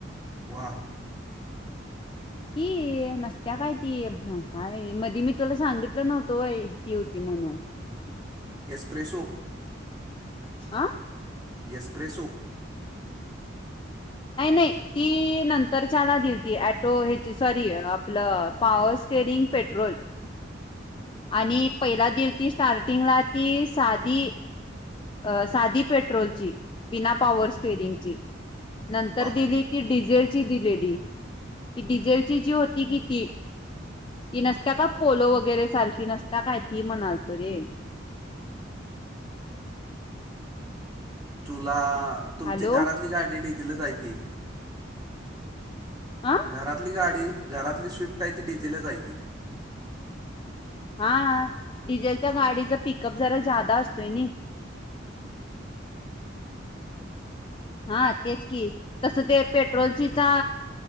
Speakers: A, on the right; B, on the left.
A: व,
B: की ते नसत्या काय ती काय मध मी तुला सांगितलं नव्हत ती होती म्हणून <inaudible>
A: एक्सप्रेसो.
B: आ.
A: यसप्रेसो.
B: नाही नाही ती नंतरचला दिल ती ऍटो हची सॉरी आपलं पावस स्टेरिंग पेट्रोल. आणि पहिला दिल ती स्टार्टिंगला ती साधी अ साधी पेट्रोलची बिना पॉवर स्टेरिंगची. नंतर
A: वा
B: दिली ती डिझेलची. ती दिलेली डिझेलची जी होती कि ती. ती नसता का पोलो वगैरे सारखी नसता काय ती म्हणाल तो रे. <inaudible>
A: तुला तुमची
B: हॅलो
A: घरातली गाडी डिझेल च आहे की,
B: आ
A: घरातली गाडी घरातली स्विफ्ट, आहे ती डडीझेलच हाय की,
B: हा डिझेलच्या गाडीचा पिकअप जरा, जादा असतोय न, <inaudible> हा तेच की तसं ते पेट्रोलचीचा
A: ह्या